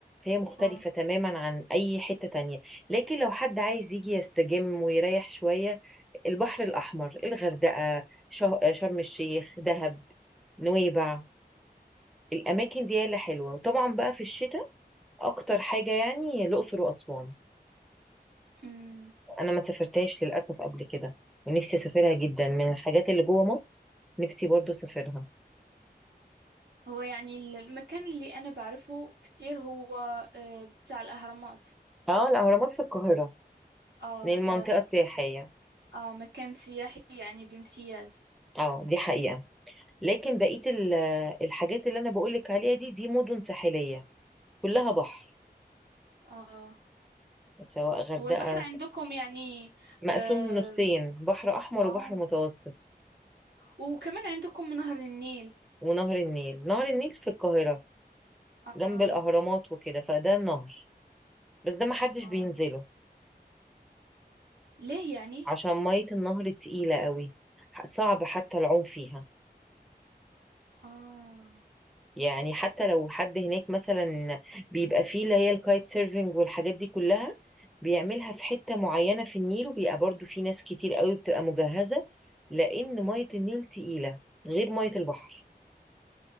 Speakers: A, in the centre; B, on the right.
A: فهي مختلفة
B: اه
A: تماما عن أي حتة تانية لكن لو حد عايز يجي يستجم ويريح شوية البحر الأحمر الغردقة شه- شرم الشيخ دهب نويبع الأماكن دي اللي حلوة وطبعا بقى في الشتاء اكتر حاجة يعني الاقصر واسوان
B: امم
A: انا ما سافرتهاش للاسف قبل كده ونفسي اسافرها جدا
B: أمم.
A: من الحاجات اللي جوه مصر نفسي برضو اسافرها
B: هو يعني ال- المكان اللي أنا بعرفه كتير هو آه، بتاع الأهرامات
A: اه الاهرامات في القاهرة
B: اه
A: لان
B: ده
A: منطقة سياحية
B: اه مكان سياحي يعني بامتياز
A: اه دي حقيقة لكن بقية ال- الحاجات اللي انا بقولك عليها دي دي مدن ساحلية كلها بحر
B: اه
A: سواء غردقة
B: هو البحر عندكم يعني
A: مقسوم
B: اه,
A: نصين بحر احمر
B: آه.
A: وبحر متوسط
B: وكمان عندكم نهر النيل
A: ونهر النيل نهر النيل في القاهرة
B: اه
A: جنب الاهرامات وكده فده النهر بس ده محدش
B: اه
A: بينزله
B: ليه يعني
A: عشان مية النهر تقيلة قوي ح- صعب حتى العوم فيها
B: اه
A: يعني حتى لو حد هناك مثلا بيبقى فيه اللي هي الكايت سيرفينج والحاجات دي كلها بيعملها في حتة معينة في النيل وبيبقى برضو في ناس كتير قوي بتبقى مجهزة لأن مية النيل تقيلة غير مية البحر